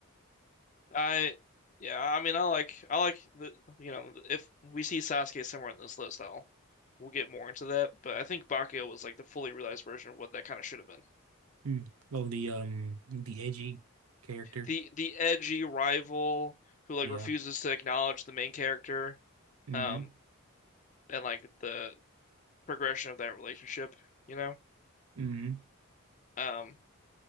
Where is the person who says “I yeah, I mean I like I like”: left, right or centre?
Left